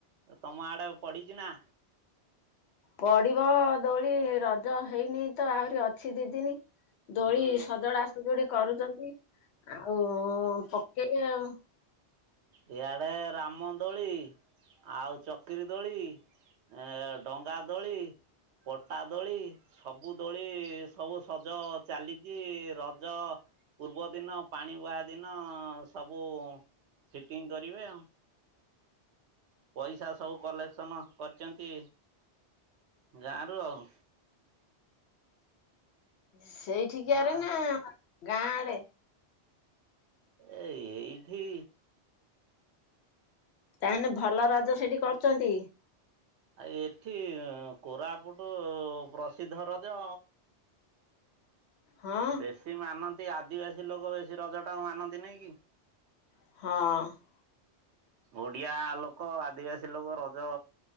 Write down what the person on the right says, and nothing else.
ତମ ଆଡେ ପଡିଛି ନା?
ହୁଁ।
ଇଆଡ଼େ ରାମଦୋଳି ଆଉ ଚକିରି ଦୋଳି। ଏ ଡଙ୍ଗା ଦୋଳି ପଟା ଦୋଳି। ସବୁ ଦୋଳି ସବୁ ସଜ ଚାଲିଛି ରଜ ପୂର୍ବଦିନ ପାଣି ବୁହା ଦିନ ସବୁ ଫିଟିଙ୍ଗ କରିବେ ଆଉ ପଇସା ସବୁ କଲେକ୍ସନ କରିଛନ୍ତି ଗାଁରୁ ଆଉ
ଆ
ଏ ଏଇଠି।
ଆ ଏଠି କୋରାପୁଟ ପ୍ରସିଦ୍ଧ ରଜ।
ବେଶୀ ମାନନ୍ତି ଆଦିବାସୀ ଲୋକ ବେଶୀ ରଜଟାକୁ ମାନନ୍ତି ନାଇଁ କି?
ଓଡିଆ ଲୋକ ଆଦିବାସୀ ଲୋକ ରଜ